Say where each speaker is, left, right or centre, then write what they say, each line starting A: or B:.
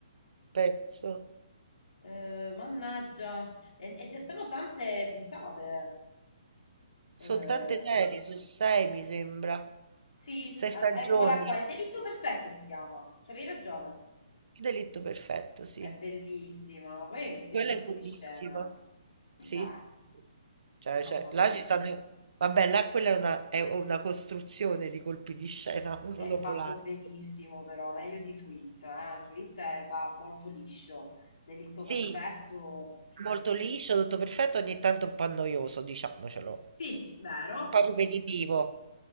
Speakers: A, on the right; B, on the left.
A: penso.
B: Eh, mannaggia. E- Ed sono tante puntate. Eh,
A: Sono tante serie, sono sei mi sembra.
B: sì,
A: Sei
B: al-
A: stagioni.
B: eccola qua, il delitto perfetto si chiama. C'avevi ragione.
A: Il delitto perfetto, sì.
B: È bellissima, ma poi hai visto
A: Quella
B: il colpo
A: è bellissima.
B: di scena?
A: Sì.
B: Cioè,
A: Cioè,
B: no,
A: cioè,
B: vabbè.
A: là ci stanno... Vabbè, là quella è una, è una costruzione di colpi di scena, <laughs> uno
B: È
A: dopo
B: fatto
A: l'altro.
B: benissimo, però, meglio di Sweet, eh. Sweet eh, va molto liscio. Delitto perfetto.
A: Sì, molto liscio, tutto perfetto, ogni tanto un po' noioso, diciamocelo. Un
B: Sì, vero,
A: po' ripetitivo.